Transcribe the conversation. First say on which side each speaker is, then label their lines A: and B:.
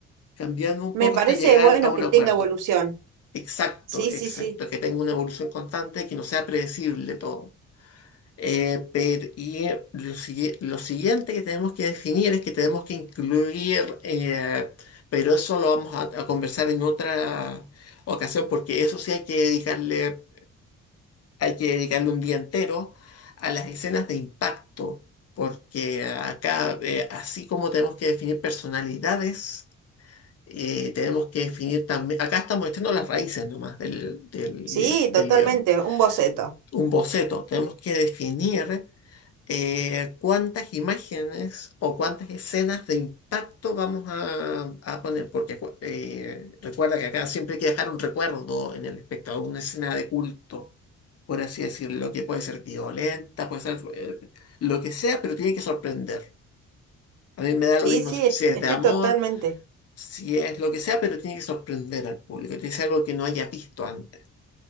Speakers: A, on the left; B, on the right.
A: cambiando un
B: me
A: poco
B: parece
A: hasta llegar
B: bueno
A: a un
B: que tenga
A: acuerdo.
B: evolución.
A: Exacto,
B: Sí,
A: exacto,
B: sí, sí.
A: que tenga una evolución constante, que no sea predecible todo. Eh, pero, y eh, lo, sigui- lo siguiente que tenemos que definir es que tenemos que incluir, eh, pero eso lo vamos a, a conversar en otra ocasión, porque eso sí hay que dedicarle, hay que dedicarle un día entero a las escenas de impacto, porque acá, eh, así como tenemos que definir personalidades, eh, tenemos que definir también, acá estamos echando las raíces nomás del, del,
B: Sí,
A: del
B: totalmente,
A: guión.
B: un boceto.
A: Un boceto, tenemos que definir eh, cuántas imágenes o cuántas escenas de impacto vamos a, a poner, porque acu- eh, recuerda que acá siempre hay que dejar un recuerdo en el espectador, una escena de culto, por así decirlo, que puede ser violenta, puede ser eh, lo que sea, pero tiene que sorprender. A mí me da
B: Sí,
A: lo mismo
B: sí,
A: si si es
B: estoy
A: de amor,
B: totalmente.
A: si es lo que sea, pero tiene que sorprender al público, tiene que ser algo que no haya visto antes.